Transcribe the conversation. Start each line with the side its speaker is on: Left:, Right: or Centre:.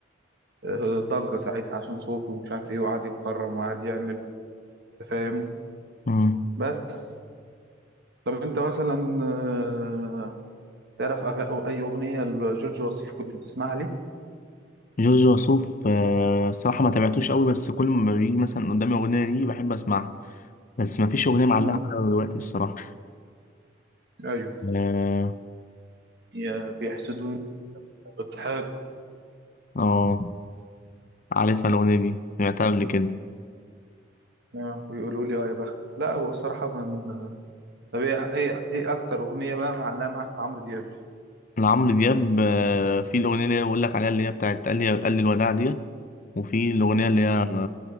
Right: آه، ضجه ساعتها عشان صوته ومش عارف ايه وقعد يتكرم وقعد يعمل أنت فاهم
Left: مم.
Right: بس طب انت مثلا آه، تعرف أغ- أو اي اغنيه لجورج وسوف كنت بتسمعها ليه
Left: جورج وسوف آه، الصراحة ما تابعتوش قوي بس كل ما بيجي مثلا قدامي أغنية ليه بحب أسمعها بس ما فيش أغنية معلقة
Right: امم
Left: معايا دلوقتي الصراحة
Right: ايوه
Left: آه
Right: يا بيحسدوني بالضحك
Left: آه، عارفها الأغنية دي سمعتها قبل كده
Right: آه، ويقولوا لي اه يا بختك لا هو الصراحه من طب ايه ايه إيه اكتر اغنيه بقى معلقه معاك في عمرو دياب
Left: لعمرو دياب آه، في الأغنية اللي هي بقول لك عليها اللي هي بتاعت قال لي قال لي الوداع ديت وفي الأغنية اللي هي